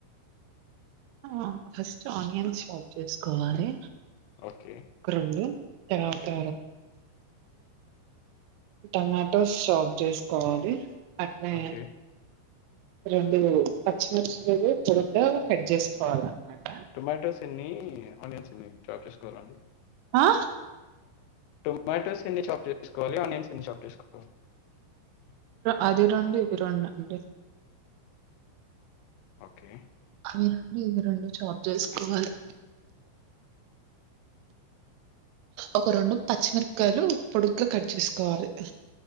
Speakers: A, on the right; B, on the left.
A: ఆ ఫస్ట్ ఆనియన్స్ చాప్ చేసుకోవాలి
B: ఓకే
A: ఒక రెండు తర్వాత టమాటోస్ షాప్ చేసుకోవాలి అట్నే
B: ఓకే
A: రెండు పచ్చిమిర్చి లను పొడుగ్గా కట్ చేసుకోవాలన్నమాట
B: టొమాటోస్ ఏన్ని ఆనియన్స్ ఎన్ని చాప్ లండి
A: ఆ
B: టొమాటోస్ ఎన్ని చాప్ చే సుకోవాలి ఆనియన్స్ ఎన్ని చాప్ చేసుకోవాలి ఓ
A: అది రెండు ఇవి రెండు అండి
B: ఓకే
A: అవి రెండు ఇవి రెండు చాప్ చేసుకోవాలి ఒక రెండు పచ్చిమిరకాయలు పొడుగ్గా కట్ చేసుకోవాలి